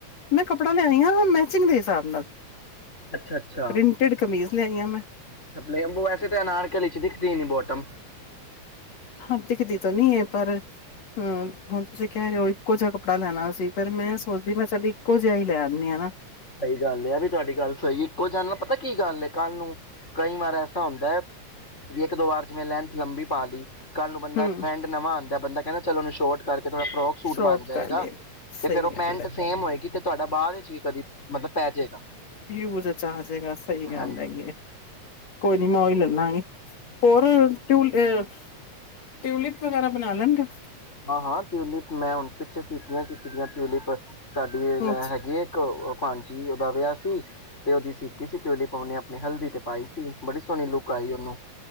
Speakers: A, on the left; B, on the left.
A: ਮੈਂ ਕੱਪੜਾ ਲਿਆਣਾ ਮੈਚਿੰਗ ਦੇ ਹਿਸਾਬ ਨਾਲ
B: ਅੱਛਾ ਅੱਛਾ
A: ਪ੍ਰਿੰਟਡ ਕਮੀਜ਼ ਲਿਆਈ ਹਾਂ ਮੈਂ
B: ਅੱਛਾ ਪਲੇ ਵੈਸੇ ਤੇ ਅਨਾਰ ਕਲੀ ਸਖਦੀਨੀ ਬੋਟਮ
A: ਹਾਂ ਦਿਖਦੀ ਤਾਂ ਨੀ ਹੈ ਪਰ ਹੂੰ ਹੁਣ ਤੁਸੀਂ ਕਹਿ ਰਹੇ ਹੋ ਇੱਕੋ ਜਿਹਾ ਕੱਪੜਾ ਲੈਣਾ ਸੀ ਫਿਰ ਮੈਂ ਸੋਚਦੀ ਮੈਂ ਚੱਲੀ ਇਕੋ ਜਿਹਾ ਹੀ ਲੈ ਆਣੀ ਆ
B: ਸਹੀ ਗੱਲ ਏਹ ਵੀ ਤੁਹਾਡੀ ਗੱਲ ਸਹੀ ਇੱਕੋ ਜਣ ਨਾਲ ਪਤਾ ਕੀ ਗੱਲ ਕੱਲ ਨੂੰ ਕਈ ਵਾਰ ਐਸਾ ਹੁੰਦਾ ਹੈ ਵੀ ਇੱਕ ਦੋ ਵਾਰ ਜਿਵੇਂ ਲੈਂਥ ਲੰਬੀ ਪਾ ਲਈ ਕੱਲ੍ਹ ਨੂੰ ਬੰਦਾ
A: ਹਮ
B: ਫਰੈਂਡ ਨਵਾਂ ਆਂਦਾ ਬੰਦਾ ਕਹਿੰਦਾ ਚਲੋ ਮੈਂ ਸ਼ੋਟ ਕਰ ਜਦੋ ਏਹ ਫਰੋਕ ਸੂਟ
A: ਸ਼ੋਟ
B: ਬਣ ਜਾਏਗਾ
A: ਕਰ ਲਏ
B: ਤੇ
A: ਸਹੀ
B: ਫੇਰ ਉਹ
A: ਗੱਲ
B: ਪੈਂਟ
A: ਹੈ
B: ਸੇਮ ਹੋਏਗੀ ਤੇ ਤੁਹਾਡਾ ਬਾਹਰ ਠੀਕ ਆ ਜੀ ਮਤਲਬ ਪੈ ਜੇਗਾ
A: ਯੂਜ ਚ ਆ ਜੇਗਾ ਸਹੀ ਗੱਲ
B: ਹਾਂਜੀ
A: ਹੈਗੀ
B: ਹਾਂਜੀ
A: ਕੋਈ ਨੀ ਮੈਂ ਉਹੀ ਲੈ ਲਾਗੀ
B: ਹਾਂਜੀ
A: ਹੋਰ ਆ ਟਿਊਲਿਪ ਵਗੈਰਾ ਬਣਾ ਲੈਂਣਦੇ ਹੋ
B: ਹਾਂ ਹਾਂ ਟਿਊਲਿਪ ਮੈਂ ਹੁਣ ਪਿੱਛੇ ਸੀਤੀਆਂ ਕਿਸੇ ਦੀਆਂ ਟਿਊਲਿਪ ਸਾਡੀ ਲੈਣ
A: ਅੱਛਾ,
B: ਹੈਗੀ ਹੈ ਇੱਕ ਹਾਂ ਜੀ ਉਹਦਾ ਵਿਆਹ ਸੀ ਤੇ ਉਹਦੀ ਸੀਤੀ ਸੀ ਚੋਲੇ ਪਾਉਣੇ ਆਪਣੇ ਹਲਦੀ ਤੇ ਪਾਈ ਸੀ ਬੜੀ ਸੋਹਣੀ ਲੁੱਕ ਆਈ ਉਹਨੂੰ